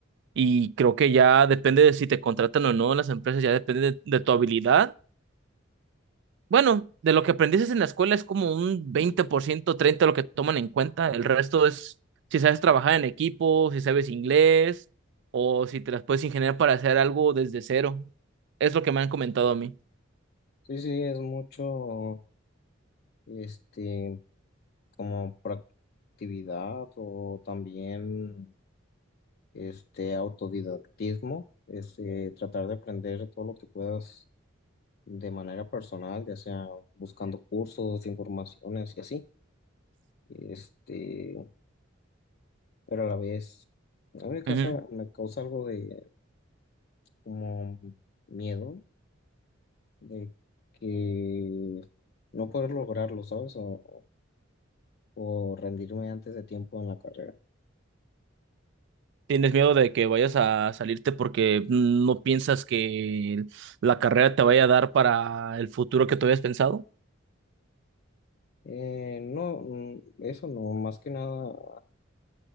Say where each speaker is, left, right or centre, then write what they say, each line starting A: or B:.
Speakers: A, on the right; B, on the left.
A: Y creo que ya depende de si te contratan o no en las empresas, ya depende de de tu habilidad bueno, de lo que aprendiste en la escuela es como un 20%, 30% lo que toman en cuenta. El resto es si sabes trabajar en equipo, si sabes inglés o si te las puedes ingeniar para hacer algo desde cero. Es lo que me han comentado a mí.
B: sí, sí, es mucho, este, como proactividad o también este autodidactismo, es eh, tratar de aprender todo lo que puedas de manera personal, ya sea buscando cursos, informaciones y así. Este, pero a la vez, a mí me causa,
A: Ujú.
B: me causa algo de como miedo de que no poder lograrlo, ¿sabes? O, o rendirme antes de tiempo en la carrera.
A: ¿Tienes miedo de que vayas a salirte porque no piensas que la carrera te vaya a dar para el futuro que tú habías pensado?
B: Eh, no, mm, eso no, más que nada